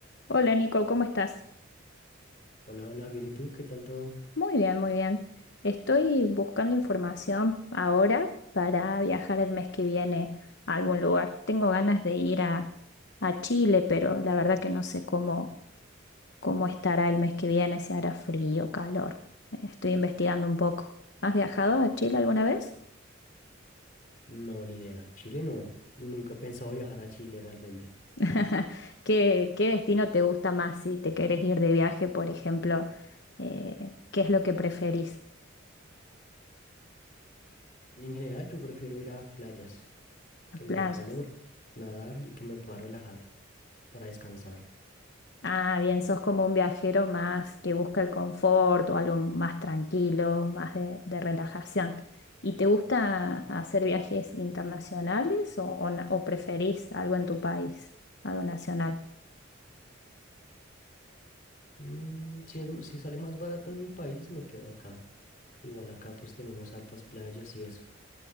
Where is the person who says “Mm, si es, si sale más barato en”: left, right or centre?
Left